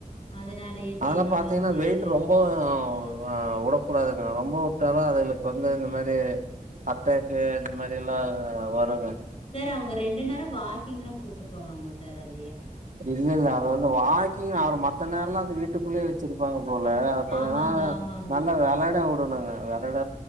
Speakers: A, on the left; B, on the right.
A: அதனாலயே சரின்னு
B: அதெல்லா பாத்தீங்கன்னா
A: அந்த இது
B: வெயிட் ரொம்போ ஆ உடக்கூடாதுங்குறாங் ரொம்போ உட்டாலு அதுங்ளுக்கு வந்து இந்த மாரி அட்டேக்கு இந்த மாரி எல்லா வருங்க
A: சார் அவுங்க ரெண்டு நேரோ வாக்கிங்லா கூட்டு போவாங்க சார் அத
B: இல்லங்க அவங்க வாக்கிங் அவரு மத்த நேரோல்லா அந்த வீட்டுக்குள்ளயே வச்சிருப்பாங்க போல அத கொஞ்ச
A: ஆமாங்க,
B: நேரோ
A: ஆமாங்க,
B: நல்லா வெளாட உட் றுனுங்க வெளாட